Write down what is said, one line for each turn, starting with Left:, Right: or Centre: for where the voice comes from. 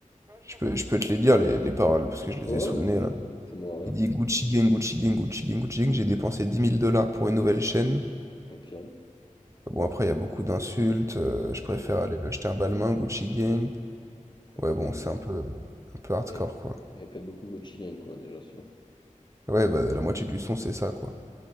Right: je peux, je peux te les dire, les, les paroles, parce que je les
Left: Ouais,
Right: ai sous
Left: vas-y,
Right: le nez, là.
Left: fais- fais-moi rire.
Right: Il dit Gucci Gang, Gucci Gang, Gucci Gang, Gucci Gang, j'ai dépensé dix mille dollars pour une nouvelle chaîne.
Left: Ok. Ouais,
Right: Bon, après, il y a beaucoup d'insultes. euh,
Left: On
Right: je préfère
Left: est pas...
Right: aller lui acheter un balmain, Gucci Gang.
Left: Il
Right: Ouais,
Left: y avait
Right: bon,
Left: pas beaucoup.
Right: c'est un peu, un peu hardcore,
Left: Il y avait-
Right: quoi.
Left: il y avait pas beaucoup Gucci Gang, quoi, déjà, sûr.
Right: Ouais, bah, la moitié du son, c'est ça, quoi.